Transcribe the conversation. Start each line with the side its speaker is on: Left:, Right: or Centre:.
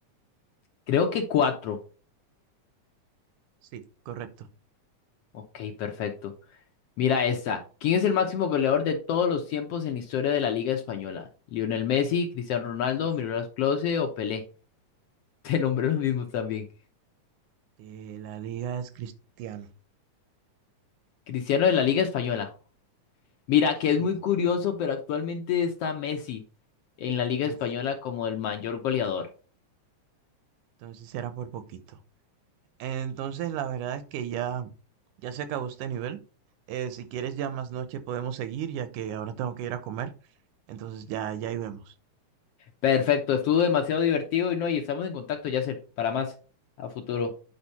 Left: creo que cuatro.
Right: Sí, correcto.
Left: Ok, perfecto. Mira esta. ¿Quién es el máximo goleador de todos los tiempos en la historia de la Liga Española? ¿Lionel Messi, Cristiano Ronaldo,
Right: Uf,
Left: Miroslav Klose o Pelé? Te nombré los mismos también.
Right: eh, la liga es Cristiano.
Left: Cristiano de la Liga Española. Mira,
Right: Sí.
Left: que es muy curioso, pero actualmente está Messi en la Liga
Right: Uf,
Left: Española como el mayor goleador.
Right: entonces era por poquito. Entonces, la verdad es que ya, ya se acabó este nivel. Eh, si quieres, ya más noche podemos seguir, ya que ahora tengo que ir a comer. Entonces, ya, ya ahí vemos.
Left: Perfecto, estuvo demasiado divertido y no, y estamos en contacto, Yasser, para más a futuro.